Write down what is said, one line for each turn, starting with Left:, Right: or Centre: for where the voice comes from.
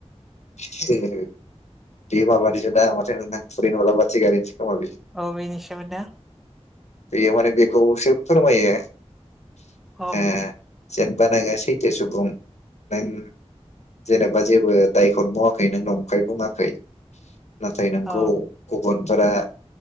Left: <unintelligible> खोमा बेयो
Centre: औ बेनिसोमोन ना?
Left: बेयो माने बेखौ सो फोरमायो ए
Centre: औ
Left: जेन बा नोङो सैथो सुबुं नों जेनेबा जेबो दायखौनो मावाखै नों नंखाय बुङाखै नाथाय नोंखौ
Centre: औ
Left: गुबुनफोरा